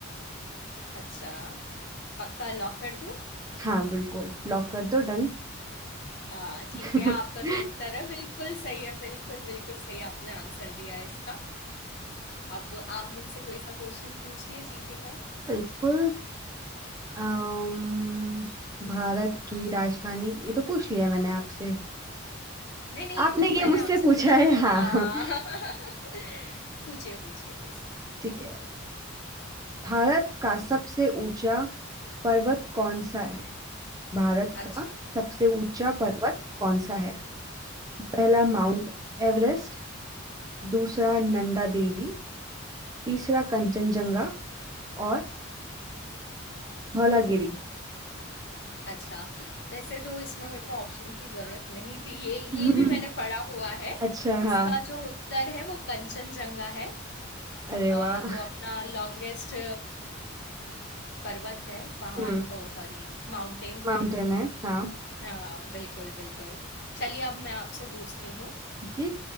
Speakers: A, on the left (about 55°); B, on the right (about 15°).
A: अच्छा पक्का लॉक कर दूं
B: हाँ बिल्कुल लॉक कर दो डन
A: आ, ठीक
B: <laughs>
A: है आपका जो उत्तर है बिल्कुल सही है बिल्कुल बिल्कुल सही आपने आंसर दिया है इसका अब आप मुझसे कोई सा क्वेश्चन पूछिए जीके का
B: बिल्कुल अम, भारत की राजधानी ये तो पूछ लिया मैंने आपसे
A: नहीं नहीं
B: आपने
A: ये तो
B: ये
A: मैंने
B: मुझसे
A: आपसे
B: पूछा
A: पूछा
B: है
A: था
B: हाँ
A: हाँ
B: <laughs>
A: <laughs> पूछिए पूछिए कोई सा
B: ठीक है भारत का सबसे ऊंचा पर्वत कौन सा है भारत
A: अच्छा
B: का सबसे ऊंचा
A: हम्म,
B: पर्वत कौन सा है पहला माउंट एवरेस्ट दूसरा नंदा देवी तीसरा कंचनजंगा और धौलागिरी
A: अच्छा वैसे तो इसमें मेरे को ऑप्शन की जरूरत नहीं थी ये ये
B: <laughs>
A: भी मैंने पढ़ा हुआ है
B: अच्छा
A: इसका
B: हाँ
A: जो उत्तर है वो कंचनजंगा है
B: अरे वाह
A: अ, वो अपना लॉन्गेस्ट पर्वत है पहाड़
B: हम्म
A: ओ सॉरी माउंटेन
B: माउंटेन
A: है
B: है हाँ
A: हाँ बिल्कुल बिल्कुल चलिए अब मैं आपसे पूछती हूँ
B: जी